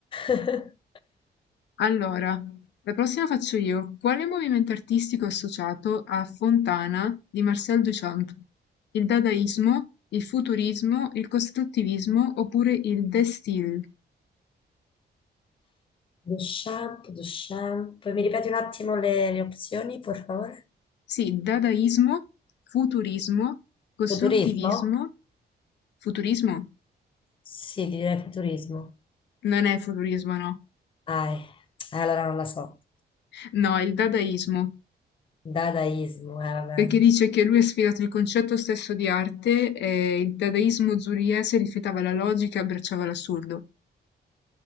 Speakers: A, on the left; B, on the left.
A: <laughs>
B: Allora, la prossima faccio io. Quale movimento artistico è associato a Fontana di Marcel Duchamp? Il dadaismo, il futurismo, il costruttivismo oppure il De Stijl?
A: Duchamp, Duchamp. Mi ripeti un attimo le, le opzioni, per favore?
B: Sì, dadaismo, futurismo, costruttivismo,
A: Futurismo?
B: futurismo?
A: Sì, direi futurismo.
B: Non è futurismo, no.
A: Ah, eh, allora non la so.
B: No, è il dadaismo,
A: Dadaismo, eh, vabbè.
B: perché dice che lui ha sfidato il concetto stesso di arte e il dadaismo zuriese rifiutava la logica e abbracciava l'assurdo.